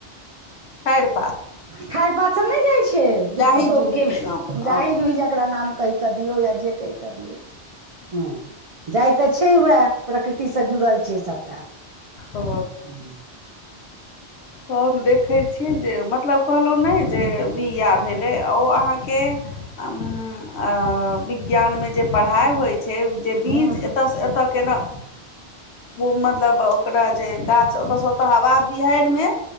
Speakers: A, on the left (about 75°); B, on the right (about 55°).
A: ठाइर पात,
B: ठाईढ़ पात सँ नई जाइ छैर
A: जाही
B: पुतहु
A: जूही
B: के
A: नाम
B: जाहि
A: हँ
B: जुही जकरा नाम, कहि क दियो या जे कहि क दिऔ। ह जाय तऽ छैय उएह प्रकृति सँ जुड़ल छैय सभटा।
A: ओ।
B: हँ
A: हम देखेइ छिये जे मतलब कहलहुँ नए जे बिआह भेलै ओ अहाँके। आ उम आ विज्ञान मे जे पराहि होइ छैय जे बीज,
B: हँ
A: एतय सँ एतय केना। ओ मतलब ओकरा जे गाछ ओत से ओत हवा बिहाड़ि मे